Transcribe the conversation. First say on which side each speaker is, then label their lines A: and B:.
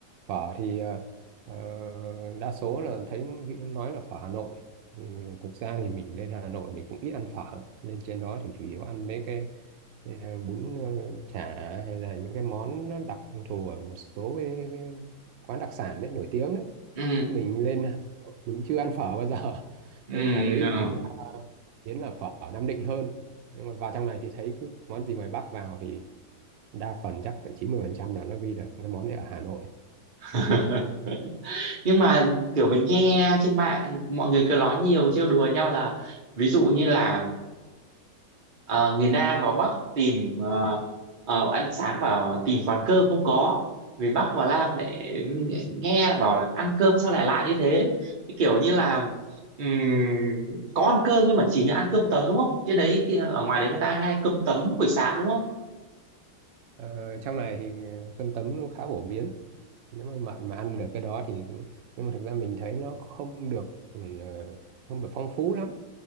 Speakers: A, on the right (about 80°); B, on the right (about 30°).
A: phở thì ờ, ờ, đa số là thấy vị- nói là phở Hà Nội Ừ, thực ra thì mình lên Hà Nội mình cũng ít ăn phở lên trên đó thì chủ yếu ăn mấy cái ờ, bún ờ, chả hay là những cái món nó đặc thù ở một số cái, cái quán đặc sản đấy nổi tiếng đấy
B: ừ
A: mình lên Hà Nội mình chưa ăn phở bao giờ <laughs>
B: ừ
A: đấy, ngoài đấy
B: ừ.
A: thì thực ra biến là phở ở Nam Định hơn nhưng mà vào trong này thì thấy cứ món gì ngoài Bắc vào thì đa phần chắc phải 90% là nó ghi là cái món này ở Hà Nội
B: <laughs> nhưng mà kiểu mình nghe trên mạng mọi người cứ nói nhiều trêu đùa nhau là ví dụ như là Ờ, người Nam vào Bắc tìm ờ, ờ, ăn sáng bảo tìm quán cơm không có người Bắc vào Nam lại nghe là bảo là ăn cơm sao lại lạ như thế cái kiểu như là ừm, có ăn cơm nhưng mà chỉ ăn cơm tấm đúng không trên đấy kia ở ngoài đấy người ta hay cơm tấm buổi sáng đúng không
A: ờ, trong này thì ờ, cơm tấm nó khá phổ biến nếu mà bạn mà ăn được cái đó thì nhưng mà thực ra mình thấy nó không được ừ, ờ, không được phong phú lắm